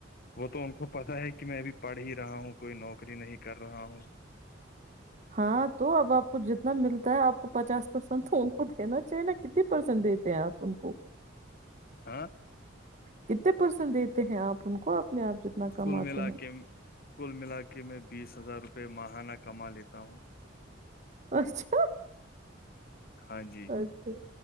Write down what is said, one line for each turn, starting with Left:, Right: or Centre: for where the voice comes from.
Left: وہ تو ان کو پتا ہے کہ کہ میں بھی پڑھ ہی رہا ہوں کوئی نوکری نہیں کر رہا ہوں
Right: ہاں تو اب آپ کو جتنا ملتا ہے آپ کو پچاس پرسینٹ ان کو دینا چاہیے نا کتنی پرسینٹ دیتے ہیں آپ ان کو
Left: ہاں
Right: کتنے پرسینٹ دیتے ہیں آپ ان کو آپ جتنا کماتے
Left: کل ملا
Right: ہیں
Left: کے کل ملا کے میں بیس ہزار روپ پہ ماہانہ کما لیتا ہوں
Right: اچھا
Left: ہاں جی
Right: اچھا